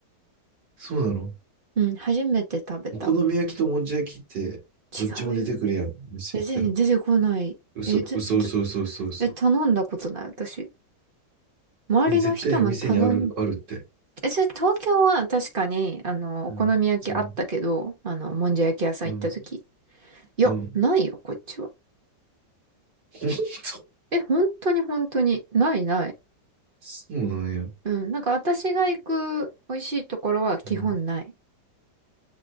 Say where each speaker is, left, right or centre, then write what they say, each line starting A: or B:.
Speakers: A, on the right; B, on the right.
A: そうなの
B: うん、初めて食べた。
A: お好み焼きともんじゃ焼きってどっちも出てくるやん。
B: 違うよ。
A: 店行ったら。
B: え、全然出てこない。
A: 嘘、
B: え、ず、
A: 嘘、
B: ず、
A: 嘘、嘘、嘘、嘘。
B: え、頼んだことない、私。周りの人も頼ん、
A: え、絶対店にある、あるって。
B: え、それ東京は確かに、あの、お好み焼きあったけど、
A: うん。うん、
B: あの、もんじゃ焼き屋さん行った時。
A: うん、
B: いや、
A: うん。
B: ないよ、こっちは。
A: <laughs>
B: え、本当に本当に。ないない。
A: そうなんや。
B: うん、なんか私が行く美味しいところは基本ない。
A: うん。